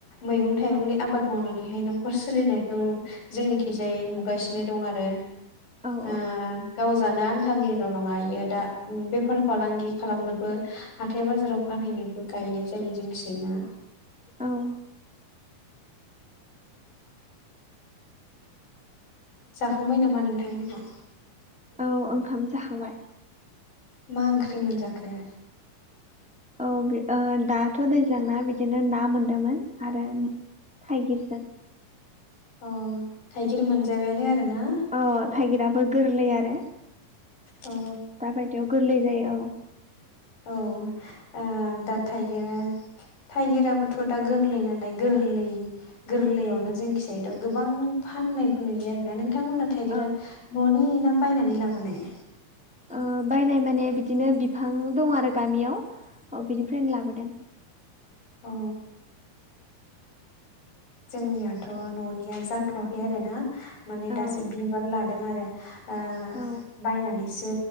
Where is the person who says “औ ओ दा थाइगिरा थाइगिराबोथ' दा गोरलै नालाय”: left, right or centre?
Left